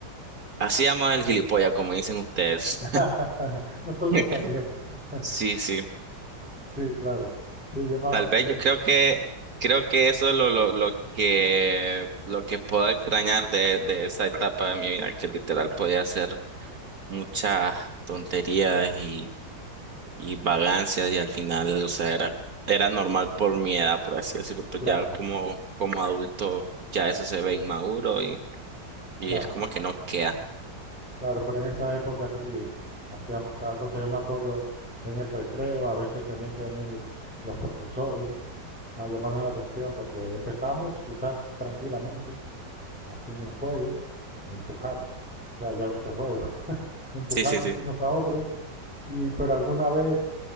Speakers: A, on the right; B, in the centre.
A: Hacíamos el gilipollas, como dicen ustedes.
B: <laughs> Nosotros
A: <laughs>
B: también. <laughs>
A: Sí, sí.
B: Sí, claro. Sí, yo más...
A: Tal vez
B: eh,
A: yo creo que creo que eso es lo, lo, lo que lo que puedo extrañar de, de esa etapa de mi vida, que literal podía hacer muchas tonterías y, y vagancias y al final, o sea, era, era normal por mi edad, por así decirlo, pues
B: claro,
A: ya como, como adulto ya eso se ve inmaduro y, y
B: claro,
A: es como que no queda.
B: claro. Pero en esa época sí hacíamos cada cosa. Yo me acuerdo en el recreo, a veces tenían que venir los profesores a llamarnos la atención porque empezamos quizás tranquilamente haciendo un juego, empujarnos. O sea, ya ves qué juego. <laughs> Empujarnos
A: Sí, sí, sí.
B: unos a otros Y pero alguna vez,